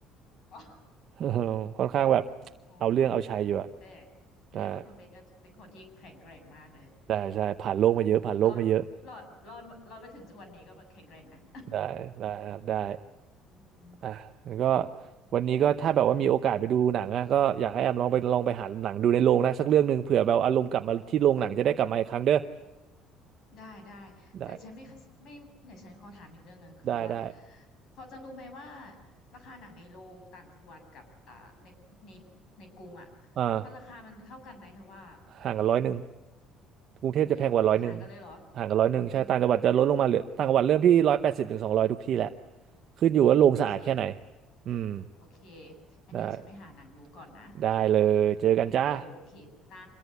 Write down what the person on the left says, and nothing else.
อ๋อ
อ๋อ
เออแสดงว่าคุณเบนก็เป็นคนที่แข็งแกร่งมากเลย
รอดรอดรอดรอดมาถึงทุกวันนี้ก็แบบแข็งแกร่งนะ
<laughs> อืม
ได้ได้แต่ฉันไม่คัสไม่เดี๋ยวฉันขอถามอีกเรื่องหนึ่งคือว่า
พอจะรู้ไหมว่าราคาหนังในโรงต่างจังหวัดกับอ่าในในในกรุงอ่ะ
มันราคามันเท่ากันไหมเธอว่า
อุ้ยห่างกันเลยเหรอ
เออ
โอเค
โอเคงั้นเดี๋ยวฉันไปหาหนังดูก่อนนะ
โอเคจ้า